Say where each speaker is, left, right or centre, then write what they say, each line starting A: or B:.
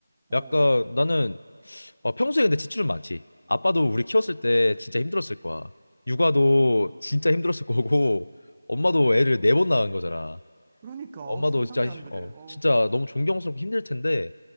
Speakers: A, on the right; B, on the left.
A: 어,
B: 약간 나는 어, 평소에 근데 지출은 많지. 아빠도 우리 키웠을 때 진짜 힘들었을 거야. 육아도
A: 음.
B: 진짜 힘들었을 거고 엄마도 애를 네 번 낳은 거잖아.
A: 그러니까 어,
B: 엄마도
A: 상상이
B: 진짜
A: 안 돼.
B: 어
A: 어.
B: 진짜 너무 존경스럽고 힘들 텐데